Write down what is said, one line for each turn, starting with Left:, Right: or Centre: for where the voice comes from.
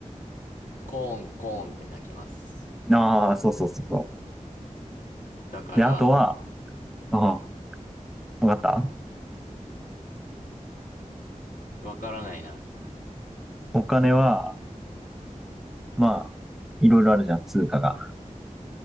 Left: コーン、コーンって鳴きます。
Centre: ああ、そうそうそうそ
Left: だから、
Centre: う。で、あとは、うん、わかった
Left: わからないな。
Centre: お金は、まあ、いろいろあるじゃん、通貨が。